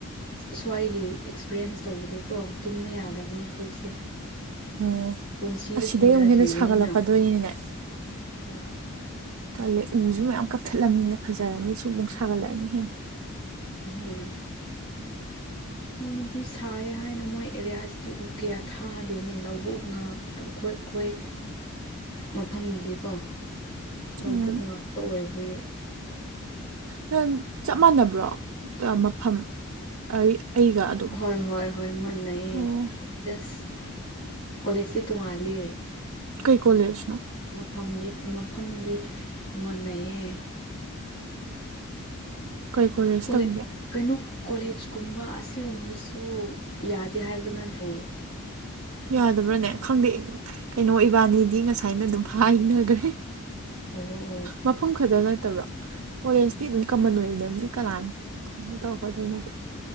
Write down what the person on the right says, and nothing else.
ꯑꯣ
ꯑꯁꯤꯗꯒꯤ
ꯑꯃꯨꯛ ꯍꯦꯟꯅ ꯁꯥꯒꯠꯂꯛꯀꯗꯣꯏꯔꯤꯅꯤꯅꯦ
ꯇꯜꯂꯦ ꯎꯁꯨꯨ ꯃꯌꯥꯝ ꯀꯞꯊꯠꯂꯅꯤꯅ ꯐꯖꯔꯅꯤ ꯁꯨꯝ ꯁꯥꯒꯠꯂꯛꯑꯅꯤ ꯍꯦꯟꯅ
ꯎꯝ
ꯅ ꯆꯞ ꯃꯥꯟꯅꯕ꯭ꯔꯣ ꯃꯐꯝ ꯑꯩ ꯑꯩꯒ ꯑꯗꯨꯝ
ꯑꯣ
ꯀꯩ ꯀꯣꯂꯦꯖꯅꯣ
ꯀꯩ ꯀꯣꯂꯦꯖ
ꯇꯝꯒꯦ
ꯌꯥꯗꯕ꯭ꯔꯅꯦ ꯈꯪꯗꯦ ꯀꯩꯅꯣ ꯏꯕꯥꯅꯤꯗꯤ ꯉꯁꯥꯏꯅ ꯑꯗꯨꯝ ꯍꯥꯏꯅꯈ꯭ꯔꯦ
ꯃꯐꯝ ꯈꯛꯇ ꯅꯠꯇꯕ꯭ꯔꯣ ꯀꯣꯂꯦꯖꯇꯤ ꯑꯗꯨꯝ ꯀꯃꯟ ꯑꯣꯏꯕ ꯅꯗꯤ ꯀꯅꯥꯅꯤ ꯀꯩꯅꯣ ꯇꯧꯀꯗꯣꯏ